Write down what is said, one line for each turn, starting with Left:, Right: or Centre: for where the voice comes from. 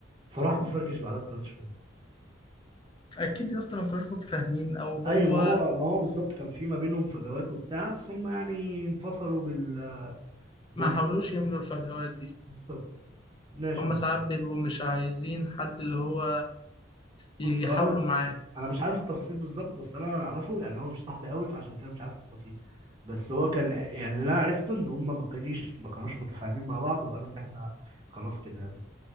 Right: فراح مفركش بعدها بثلاث شهور
Left: اكيد يا اسطى ما كانوش متفاهمين او هو
Right: ايوه ما هو ما هو بالظبط كان في ما بينهم فجوات وبتاع ثم يعني انفصلوا بال
Left: ما
Right: بالمقارنة
Left: حاولوش يملوا الفجوات دي
Right: بالظبط ماشي
Left: هما
Right: يا مصطفى
Left: ساعات بيبقوا مش عايزين حد اللي هو
Right: بص
Left: يحاولوا
Right: هو انا
Left: معاه
Right: انا مش عارف التفاصيل بالظبط بس انا اعرفه يعني هو مش صاحبي قوي فعشان كده مش عارف التفاصيل بس هو كان يعني اللي انا عرفته ان هم ما كانوش ما كانوش متفاهمين مع بعض وقالوا ان احنا خلاص كده يعني